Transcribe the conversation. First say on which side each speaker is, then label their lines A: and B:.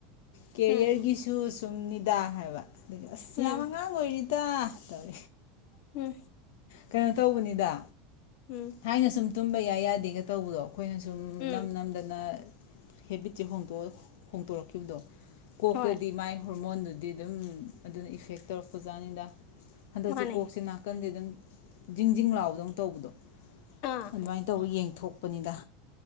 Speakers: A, on the left; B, on the left.
A: ꯀꯃꯤꯌꯦꯔ
B: ꯎꯝ ꯎꯝ
A: ꯏꯁꯨ ꯁꯨꯡꯏꯗ ꯆꯨꯡꯏꯗ ꯍꯥꯏꯕ ꯑꯁ
B: ꯎꯝ
A: ꯌꯥꯝ ꯑꯉꯥꯡ ꯑꯣꯏꯔꯤꯗ ꯀꯟ
B: ꯍꯝ
A: ꯀꯩꯅꯣ ꯇꯧꯕꯅꯤꯗ
B: ꯎꯝ
A: ꯊꯥꯏꯅꯥ ꯁꯨꯝ ꯌꯥꯏ ꯌꯥꯏꯗꯦ ꯇꯦꯒ ꯇꯧꯕꯗꯣ ꯑꯩꯈꯣꯏꯅ ꯁꯨꯝ
B: ꯎꯝ
A: ꯁꯨꯝ ꯅꯝꯗꯅ ꯍꯥꯕꯤꯠ ꯍꯣꯡꯇꯣ ꯍꯣꯪꯇꯣꯀꯠꯈꯤꯕꯗꯣ ꯀꯣꯛꯇꯗꯤ
B: ꯍꯣꯏ
A: ꯃꯥꯏ ꯍꯣꯔꯃꯣꯅꯦꯁ ꯗꯨꯗꯤ ꯑꯗꯨꯝ ꯑꯦꯗꯔ꯭ꯦꯠ ꯇꯧꯔꯀꯄ ꯖꯠꯅꯤꯗ ꯍꯟꯗꯛꯇꯤ
B: ꯃꯥꯅꯦ
A: ꯀꯣꯁꯤ ꯅꯥꯀꯟ ꯑꯗꯨꯝ ꯖꯤꯡ ꯖꯤꯡ ꯑꯥ ꯇꯧꯕꯗꯣ
B: ꯑꯥ
A: ꯑꯗꯨꯃꯥꯏ ꯇꯥꯑꯣꯕꯗꯣ ꯍꯦꯊꯣꯛ ꯑꯅꯤꯗ